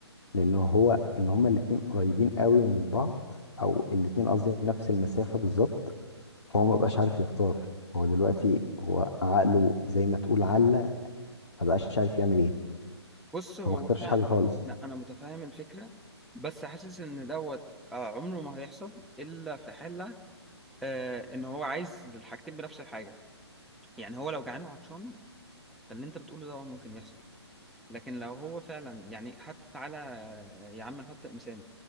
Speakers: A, on the left; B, in the centre.
A: لان هو ان هما الاتنين قريبين قوي من بعض او الاتنين قصدي نفس المسافة بالظبط فهو ما بقاش عارف يختار هو دلوقتي هو عقله زي ما تقول علق ما بقاش عارف يعمل ايه
B: بص هو
A: فما اختارش
B: انا
A: حاجة خالص
B: انا أنا متفاهم الفكره بس حاسس ان دوت آه، عمره ما هيحصل الا في حاله آه، ان هو عايز الحاجتين بنفس الحاجه يعني هو لو جعان وعطشان فاللي انت بتقوله ده ممكن يحصل لكن لو هو فعلا يعني حتى تعالى آه، يا عم نحط انسان